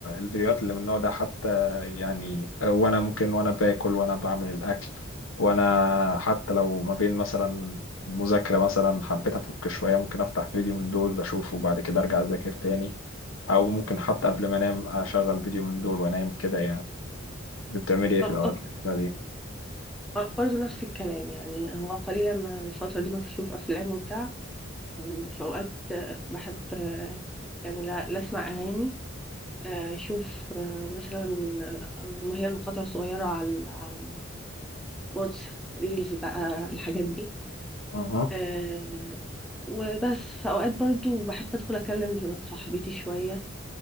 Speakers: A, on the left; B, in the centre.
A: الفيديوهات اللي من النوع ده حتى يعني وانا ممكن وانا باكل وانا بعمل الاكل وانا حتى لو ما بين مثلا مذاكرة مثلا حبيت افك شوية ممكن افتح فيديو من دول اشوفه وبعد كده ارجع اذاكر تاني او ممكن حتى قبل ما انام اشغل فيديو من دول وانام كده يعني انت بتعملي ايه
B: طب
A: في الاوقات اللي شبه دي؟
B: آه، برضو نفس الكلام يعني هو قليلا ما الفترة دي ما بشوف أفلام وبتاع مم، في أوقات آه، بحب آه، يعني لا, لا أسمع أغاني لا أشوف آه، مثلا آه، ما هي المقاطع الصغيرة على على الواتس ريلز بقى الحاجات دي
A: اها
B: آه، وبس في أوقات برضو بحب أدخل أكلم صاحبتي شوية